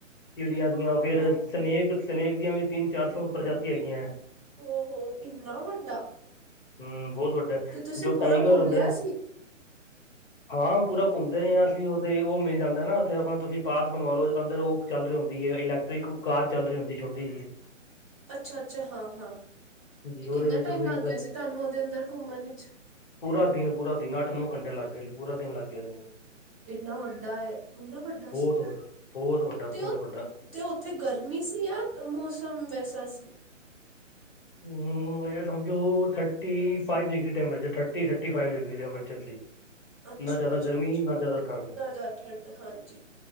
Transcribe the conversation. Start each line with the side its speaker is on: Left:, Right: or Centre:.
Left: ਚਿੜੀਆਂ ਦੀਆਂ ਉਹ ਫੇਰ
Centre: ਵਾਓ
Left: ਸਨੇਕ ਸਨੇਕ ਦੀਆਂ ਵੀ ਤਿੰਨ ਚਾਰ ਸੌ ਪ੍ਰਜਾਤੀ ਹੈਗੀਆਂ ਏ
Centre: ਉਹੋ ਇੰਨਾ ਵੱਡਾ
Left: ਹਮ ਬਹੁਤ ਵੱਡਾ
Centre: ਤੇ ਤੁਸੀਂ
Left: ਜੋ
Centre: ਪੂਰਾ
Left: ਟਾਈਗਰ
Centre: ਘੁੰਮ
Left: ਹੁੰਦਾ
Centre: ਲਿਆ ਸੀ
Left: ਹਾਂ ਪੂਰਾ ਘੁੰਮਦੇ ਰਹੇ ਆ ਅਸੀਂ ਉਹਦੇ ਉਹ ਮਿਲ ਜਾਂਦਾ ਨਾ ਉੱਥੇ ਆਪਣਾ ਤੁਸੀਂ ਪਾਸ ਬਣਵਾ ਲਓ ਅੰਦਰ ਉਹ ਚੱਲ ਰਹੀ ਹੁੰਦੀ ਏ ਇਲੈਕਟ੍ਰਿਕ ਕਾਰ ਚੱਲ ਰਹੀ ਹੁੰਦੀ ਏ ਛੋਟੀ ਜਿਹੀ
Centre: <inaudible> ਅੱਛਾ-ਅੱਛਾ ਹਾਂ-ਹਾਂ
Left: ਜੀ
Centre: ਤੇ
Left: ਉਹਦੇ
Centre: ਕਿੰਨਾ
Left: ਵਿੱਚ
Centre: ਟਾਈਮ
Left: ਤੁਸੀਂ
Centre: ਲੱਗ ਗਿਆ ਸੀ ਤੁਹਾਨੂੰ ਉਹਦੇ ਅੰਦਰ ਘੁੰਮਣ ਇੱਚ
Left: ਪੂਰਾ ਦਿਨ ਪੂਰਾ ਦਿਨ ਅੱਠ ਨੌ ਘੰਟੇ ਲੱਗ ਬਿਲ ਪੂਰਾ ਦਿਨ ਲੱਗ ਗਿਆ
Centre: ਹੋ
Left: ਸੀ
Centre: ਏਨਾ ਵੱਡਾ ਹੈ ਇੰਨਾ ਵੱਡਾ ਸੀ
Left: ਬਹੁਤ ਵੱਡਾ, ਬਹੁਤ ਵੱਡਾ, ਬਹੁਤ
Centre: ਤੇ ਉਹ
Left: ਵੱਡਾ
Centre: ਤੇ ਉੱਥੇ ਗਰਮੀ ਸੀ ਯਾ ਮੌਸਮ ਵੈਸਾ ਸੀ
Left: ਹਮ ਹੁਨੇ ਇਹ ਸਮਝੋ thirty five degree temperature thirty thirty five ਡਿਗ ਟੈਂਪਰੇਚਰ ਸੀ
Centre: ਅੱਛਾ
Left: ਨਾ ਜ਼ਿਆਦਾ
Centre: ਅੱਛਾ
Left: ਗਰਮੀ
Centre: ਅੱਛਾ
Left: ਨਾ ਜ਼ਿਆਦਾ ਠੰਡ
Centre: ਨਾ ਜਾ ਠੰਡ ਹਾਂਜੀ